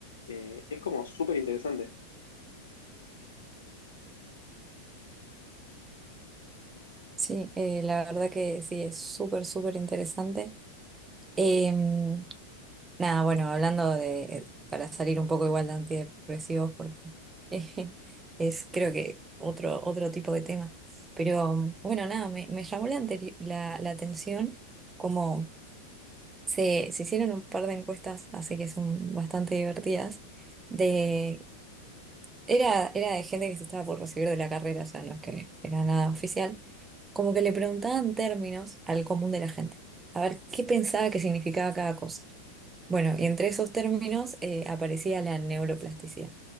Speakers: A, on the left; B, on the right.
A: Eh, es como súper interesante.
B: Sí, eh, la verdad que sí, es súper, súper interesante. Em, nada, bueno, hablando de, para salir un poco igual de antidepresivos, porque <laughs> eh, es creo que otro, otro tipo de tema. Pero bueno, nada, me, me llamó la, anteri- la, la atención como se, se hicieron un par de encuestas, así que son bastante divertidas, de, era, era de gente que se estaba por recibir de la carrera, o sea, no es que era nada oficial, como que le preguntaban términos al común de la gente, a ver qué pensaba que significaba cada cosa. Bueno, y entre esos términos eh, aparecía la neuroplasticidad.